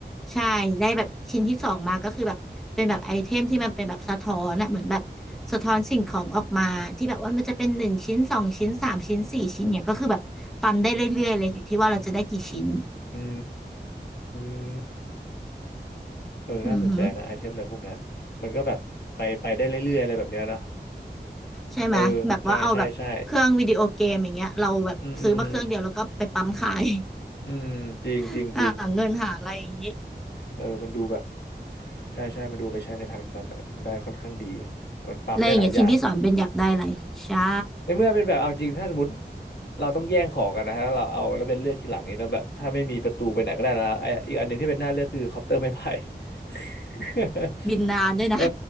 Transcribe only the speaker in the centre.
ใช่ได้แบบชิ้นที่สองมาก็คือแบบเป็นแบบไอเทมที่มันเป็นแบบสะท้อนอะเหมือนแบบสะท้อนสิ่งของออกมาที่แบบว่ามันจะเป็นหนึ่งชิ้นสองชิ้นสามชิ้นสี่ชิ้นเนี่ยก็คือแบบปั๊มได้เรื่อยๆเลยอยู่ที่ว่าเราจะได้กี่ชิ้น
อือฮึ
ใช่ไหมแบบว่าเอาแบบเครื่องวิดีโอเกมอย่างเงี้ยเราแบบซื้อมาเครื่องเดียวแล้วก็ไปปั๊มขาย
<laughs> หาเงินหาอะไรอย่างงี้
อะไรอย่างเงี้ยชิ้นที่สอนเป็นอยากได้อะไรใช่
บินนานด้วยนะ